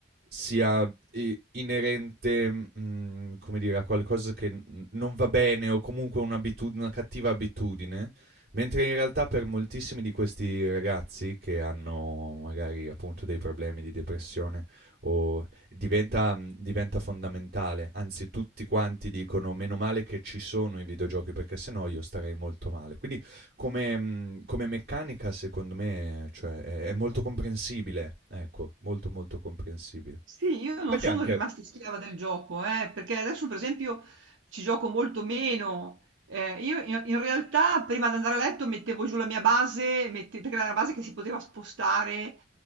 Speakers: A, on the right; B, on the right.
A: sia i inerente, mhmm, come dire, a qualcosa che n non va bene o comunque un'abitud una cattiva abitudine, mentre in realtà per moltissimi di questi ragazzi che hanno magari appunto dei problemi di depressione o diventa mhmm, diventa fondamentale. Anzi, tutti quanti dicono: "Meno male che ci sono i videogiochi perché se no io starei molto male". Quindi come mhmm, come meccanica secondo me, cioè è è molto comprensibile, ecco, molto, molto comprensibile.
B: Sì, io non
A: Poi ti
B: sono
A: è anche
B: rimasta schiava del gioco, eh, perché adesso per esempio ci gioco molto meno. Eh, io in, in realtà prima di andare a letto mettevo giù la mia base, mette- perché era una base che si poteva spostare